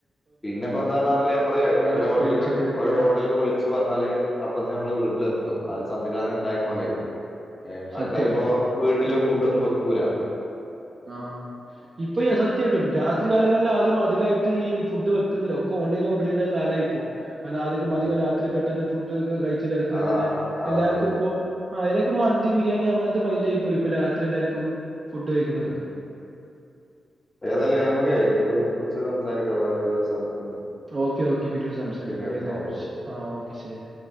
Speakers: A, on the left; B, on the right.
A: പിന്നെ ഇപ്പൊ എന്താണാണ ഹോട്ടല ഓരോ
B: ചിക്കൻ
A: ഹോട്ടലിലേക്ക്
B: ഈ ചിക്കനൊക്കെ
A: ഓരോ
B: ആ
A: ഹോട്ടലിലേക്ക് വിളിച്ച് പറഞ്ഞാല് അപ്പ തന്നെ നമ്മടെ വീട്ടിൽ എത്തും അത് സംവിധാനം ഉണ്ടായൊണ്ടേ
B: ആ
A: ആൾക്കാരിപ്പോ
B: സത്യായിട്ടും
A: വീട്ടില് ഫുഡൊന്നും വയ്ക്കൂല
B: ആ ഇപ്പൊ ഈ സത്യമായിട്ടും രാത്രികാലങ്ങളിൽ ആദ്യം അധികമായിട്ട് ഈ ഫുഡ് വെ ഓ ഒക്കെ ഓൺലൈൻ ഓർഡർ ചെയ്യുന്ന കാലായിപ്പോ കാരണം ആർക്കും
A: അതെ
B: അധികം രാത്രി പെട്ടെന്ന് ഫുഡ് ഒക്കെ കഴിച്ച് കിടക്കുക
A: അതാണ്
B: പിന്നെ
A: അവ- അതാ
B: എല്ലാവർക്കും
A: അത അതാണ്
B: ഇപ്പോ അതിന മന്തി ബിരിയാണി അങ്ങനത്തെ മൈൻഡ് ആയിപോയി ഇപ്പോ രാത്രി എല്ലാവർക്കും ഫുഡ് കഴിക്കണം
A: ഉ ഏതായാലും ഞമക്ക് ഇതിനെ കുറിച്ച് സംസാരിക്കാം വേറെ ദിവസം
B: ഓക്കെ ഓക്കെ പിന്നീട് സംസാരിക്കാം
A: പിന്നീട്
B: ഏതായാലും
A: ഓക്കെ ഓക്കെ
B: ആ ഓക്കെ ശരി